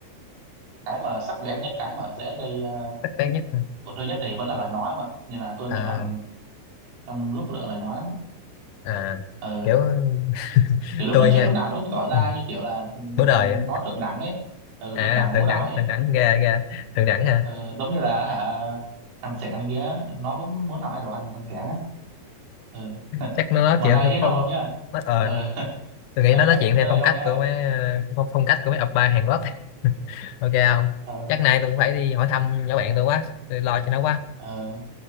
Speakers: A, on the right (about 85°); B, on the left (about 75°).
A: cái mà sắc bén nhất cái mà dễ gây ờ,
B: Thích bé nhất hả?
A: tổn thương nhất thì vẫn là lời nói mà nên là tôi
B: à,
A: cẩn thận trong lúc lựa lời nói lắm
B: à.
A: ừ
B: kiểu <laughs>
A: kiểu lúc
B: tôi
A: nói chuyện
B: nha
A: lúc nào nó cũng tỏ ra
B: ừ.
A: như kiểu là ừ,
B: bố đời á.
A: nó thượng đẳng ấy ừ
B: à
A: thượng đẳng bố
B: thượng
A: đòi
B: đẳng
A: ấy
B: thượng đẳng ra ra thượng đẳng hả
A: Ờ, giống như là hả thằng Sẻng này kia nó cũng muốn làm idol thằng thằng Sẻng á ừ. <laughs>
B: chắc nó nói
A: mà
B: chuyện
A: nay
B: theo
A: thế
B: phong
A: thôi không nhá
B: nó ờ
A: ờ <laughs>
B: tôi nghĩ
A: nay
B: nó nói
A: chắc
B: chuyện theo
A: tới đây
B: phong
A: thôi
B: cách
A: nha
B: của mấy ờ, phong, phong cách của mấy oppa Hàn Quốc <laughs> ok không
A: ờ
B: chắc nay tôi cũng phải đi hỏi thăm nhỏ bạn tôi quá tôi lo cho nó quá
A: ờ